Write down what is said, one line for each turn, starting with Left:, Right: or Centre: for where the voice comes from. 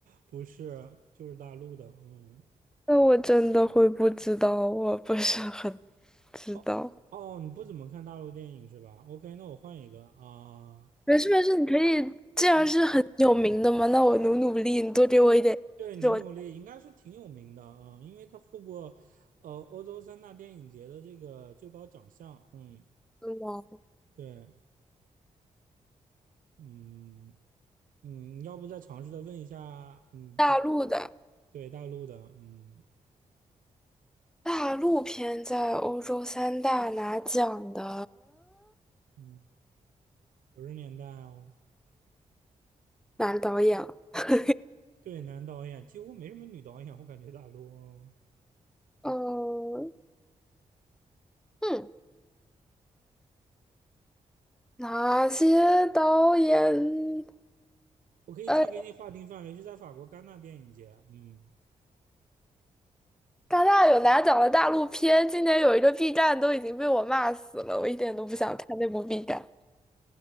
Right: 不是，就是大陆的，嗯。
Centre: 那我真的会不知道，我不是很知道。
Right: 哦哦，你不怎么看大陆电影是吧？OK，那我换一个啊、
Centre: 没事没事，你可以，既然是很有名的嘛，
Right: 嗯，
Centre: 那我努努力，你多给我一点是我
Right: 对对，努努力应该是挺有名的啊、因为他获过呃欧洲三大电影节的这个最高奖项。嗯，
Centre: 吗
Right: 对，嗯嗯，要不再尝试的问一下，嗯，
Centre: 大陆的
Right: 对大陆的，嗯
Centre: 大陆片在欧洲三大拿奖的
Right: 嗯，九十年代哦，
Centre: 哪个导演啊？<laughs>
Right: 对，男导演几乎没什么女导演，我感觉大陆，哦
Centre: 嗯。嗯哪些导演？
Right: 我可以再给你划定范围，
Centre: 呃，
Right: 是在法国戛纳电影节。嗯。
Centre: 大纳有拿奖的大陆片，今年有一个 B 站都已经被我骂死了，我一点都不想看那部 B 站。